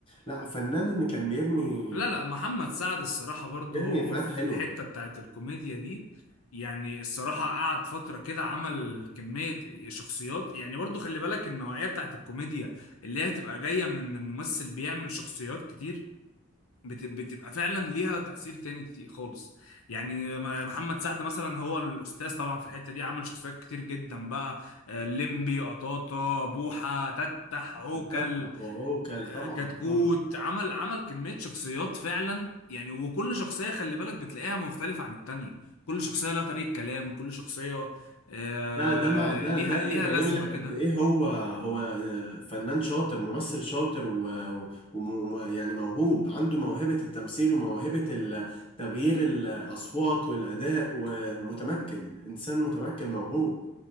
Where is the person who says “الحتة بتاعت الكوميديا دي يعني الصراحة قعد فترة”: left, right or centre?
Left